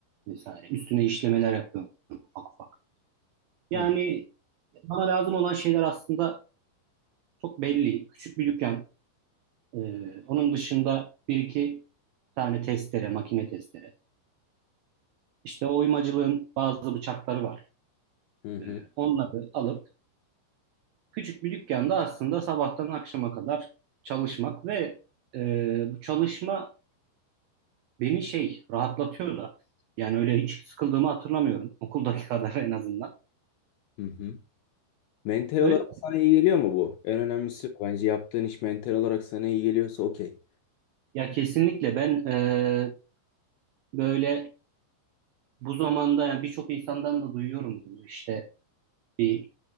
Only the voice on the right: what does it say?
vesaire. Üstüne işlemeler yapıyorum ufak ufak. Yani
bana lazım olan şeyler aslında Çok belli. Küçük bir dükkan. Ee, onun dışında bir iki tane testere, makine testere. İşte oymacılığın bazı bıçakları var.
Ee, onları alıp küçük bir dükkanda aslında sabahtan akşama kadar çalışmak ve e, bu çalışma beni şey rahatlatıyor da. Yani öyle hiç sıkıldığımı hatırlamıyorum. <laughs> Okuldaki kadar en azından.
Öyle.
Ya kesinlikle ben e, böyle bu zamanda yani birçok insandan da duyuyorum bunu işte bir